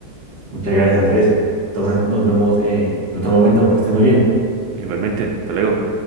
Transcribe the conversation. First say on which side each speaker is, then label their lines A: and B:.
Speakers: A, on the right; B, on the right.
A: Muchas gracias, Andrés. Entonces nos vemos eh, en otro momento. Que estés muy bien.
B: Igualmente, hasta luego.